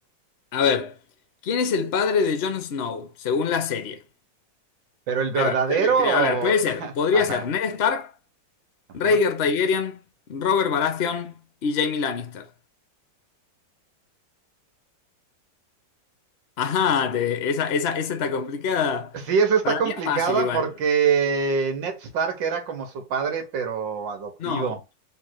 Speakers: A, on the left; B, on the right.
A: A ver, ¿quién es el padre de Jon Snow según la serie?
B: Pero el verdadero,
A: A ver, te- te- a ver, puede ser,
B: <laughs>
A: podría
B: ajá,
A: ser Ned Stark,
B: ajá.
A: Rhaegar Targaryen, Robert Baratheon y Jaime Lannister. Ajá, te- esa, esa, esa está complicada.
B: Sí, esa está
A: Para
B: complicada
A: mí es fácil igual.
B: porque Ned Stark era como su padre, pero adoptivo.
A: No,